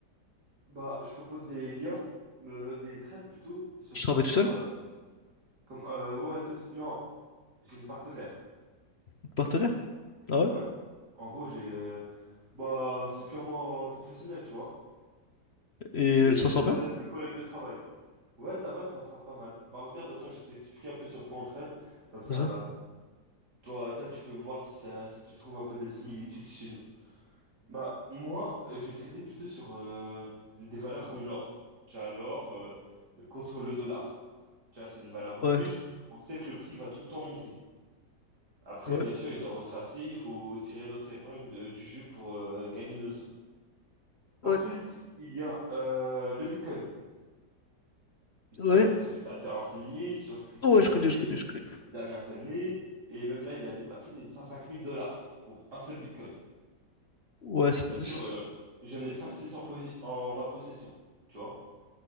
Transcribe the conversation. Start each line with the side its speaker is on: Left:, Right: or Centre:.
Right: bah, je propose des liens, euh, des trades plutôt, surtout
Left: Je travaille
Right: sur...
Left: tout seul,
Right: euh, comme, euh, ouais, tous... Non, j'ai une partenaire.
Left: une partenaire. Ah ouais.
Right: Ouais. En gros, j'ai... euh, Bah, c'est purement euh, professionnel, tu vois.
Left: Et
Right: C'est
Left: elle
Right: euh,
Left: s'en sort bien.
Right: c'est une collègue de travail. Ouais, ça va, ça en sort pas mal. Bah, regarde, attends, je vais t'expliquer un peu sur quoi on trade. Comme ça,
Left: comme ça
Right: euh, Toi, toi, tu peux voir si ça, si tu trouves un peu des similitudes chez nous. Bah, moi, je vais trader plutôt sur euh, des valeurs comme l'or. Tu as l'or euh, contre le dollar. Tu vois, c'est une valeur refuge.
Left: Ouais.
Right: On sait que le prix va tout le temps monter. Après,
Left: Ouais.
Right: bien sûr, il doit retracer. Il faut tirer notre épingle de- du jeu pour euh, gagner nos sous.
Left: Ouais.
Right: Ensuite, il y a euh, le Bitcoin. Bitcoin,
Left: Ouais.
Right: je pense que tu as été renseigné sur ce qui s'est
Left: Ouais,
Right: passé
Left: je connais, je connais, je connais.
Right: les dernières années. Et même là, il a dépassé les cent cinq mille dollars pour un seul Bitcoin.
Left: Ouais, c'est...
Right: Bien sûr,
Left: c'est-
Right: euh, j'en ai cinq-six en, posi- en ma possession, tu vois.